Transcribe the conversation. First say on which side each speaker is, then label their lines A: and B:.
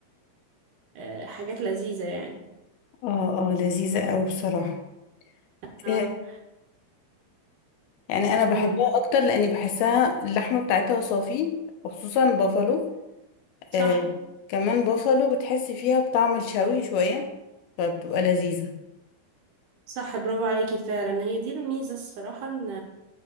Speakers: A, on the right; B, on the left.
A: آه، حاجات لذيذة يعني
B: اه اه لذيذة أوي بصراحة
A: اه
B: آه، يعني أنا بحبها
A: مم،
B: أكتر لأني بحسها اللحمة بتاعتها صافي وخصوصا بافالو
A: صح
B: آه كمان بافالو بتحسي فيها بطعم الشوي شوية فبتبقى لذيذة
A: صح برافو عليكي فعلا هي دي الميزة الصراحة ان